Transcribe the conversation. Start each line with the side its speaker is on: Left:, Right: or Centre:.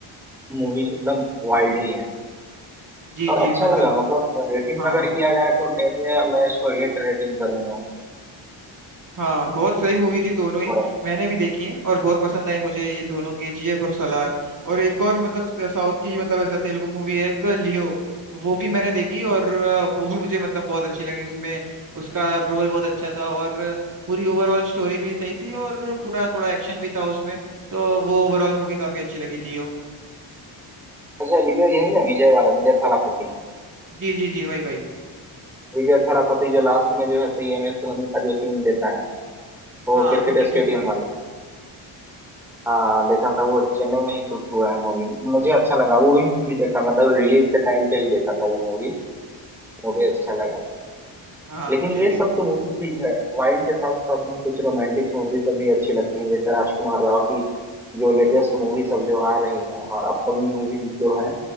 Centre: मूवी एकदम वाइल्ड ही है
Right: जी
Centre: और
Right: जी
Centre: अच्छा
Right: मतलब
Centre: लगा मतलब रेटिंग
Right: हाँ
Centre: अगर किया जाए तो टेन में मैं इसको एट रेटिंग करूंगा
Right: हाँ बहुत सही मूवी थी दोनों ही
Centre: बराबर
Right: मैंने भी देखी है और बहुत पसंद आई मुझे ये दोनों केजीएफ और सलार और एक और मतलब साउथ की मतलब ऐसा तेलुगु मूवी है एक लियो वो भी मैंने देखी और अ, वो भी मुझे मतलब बहुत अच्छी लगी उसमें उसका रोल बहुत अच्छा था और पूरी ओवरऑल स्टोरी भी सही थी और पूरा थोड़ा एक्शन भी था उसमें तो वो ओवरऑल मूवी काफी अच्छी लगी लियो
Centre: अच्छा लिया यही ना विजय वाला विजय थालापति
Right: जी जी जी वही वही
Centre: विजय थालापति जो लास्ट में जो है सही एम एस धोनी का जो सीन देता है वो
Right: हाँ
Centre: क्रिकेट
Right: उन्हीं
Centre: स्टेडियम
Right: की मूवी
Centre: वाला हाँ देखा था वो चेन्नई में ही शूट हुआ है मूवी मुझे अच्छा लगा वो भी मूवी देखा मतलब रिलीज के टाइम पे ही देखा था वो मूवी वो भी अच्छा लगा
Right: हाँ
Centre: लेकिन
Right: मुझे
Centre: ये
Right: भी
Centre: सब तो मूवी ठीक है वाइल्ड के साथ साथ में कुछ रोमांटिक्स मूवीज भी अच्छी लगती हैं जैसे राजकुमार राव की जो लेटेस्ट मूवी सब जो आ रही है और अपकमिंग मूवी जो है